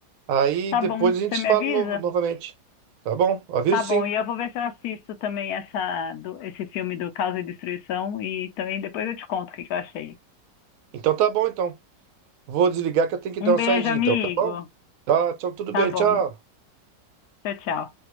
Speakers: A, on the right; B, on the left.
A: aí
B: Tá
A: depois
B: bom,
A: a gente
B: você me
A: se fala
B: avisa?
A: novo, novamente, tá bom? Aviso
B: Tá bom,
A: sim.
B: e eu vou ver se eu assisto também essa, do- esse filme do Caos e Destruição e também depois eu te conto o que que eu achei.
A: Então tá bom, então. Vou desligar que eu tenho que
B: Um
A: dar uma
B: beijo,
A: saidinha,
B: amigo.
A: então, tá bom? Tá, tchau, tudo
B: Tá
A: bem,
B: bom.
A: tchau.
B: Tchau, tchau.